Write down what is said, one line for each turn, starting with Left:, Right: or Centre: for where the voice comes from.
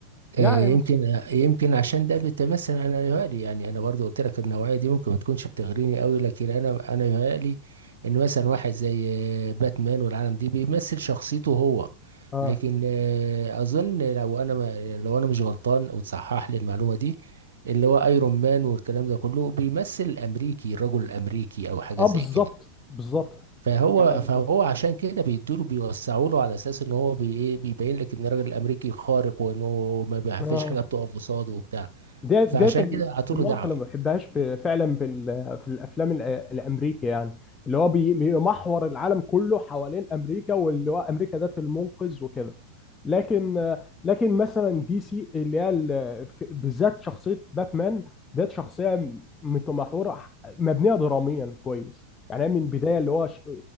Left: يعني
Right: آه، يمكن
Left: مثلا
Right: يمكن عشان ده بيتمثل انا يهيألي يعني انا برضو قلت لك النوعيه دي ممكن ما تكونش بتغريني قوي لكن انا انا يهيألي ان مثلا واحد زي آه، باتمان والعالم دي بيمثل شخصيته هو
Left: اه
Right: لكن آه، اظن لو انا ما لو انا مش غلطان وتصحح لي المعلومه دي اللي هو ايرون مان والكلام ده كله بيمثل الامريكي الرجل الامريكي او حاجه
Left: اه
Right: زي
Left: بالظبط
Right: كده
Left: بالظبط
Right: فهو
Left: يعني انت
Right: فهو عشان كده بيدوله بيوسعوا له على اساس ان هو بي ايه بيبين لك ان الراجل الامريكي خارق وانه ما بي-
Left: اه
Right: فيش حاجه بتقف قصاده وبتاع
Left: ديت
Right: فعشان
Left: ديت
Right: كده عطوا
Left: النقطة
Right: له دعم
Left: اللي ما بحبهاش في فعلا في ال- في الأفلام الأ- الأمريكي يعني اللي هو بي- بيمحور العالم كله حوالين أمريكا واللي هو أمريكا ذات المنقذ وكده لكن لكن مثلا دي سي اللي هي ال- في- بالذات شخصية باتمان ديت شخصية متمحورة مبنية دراميا كويس يعني هي من البداية اللي هو ش-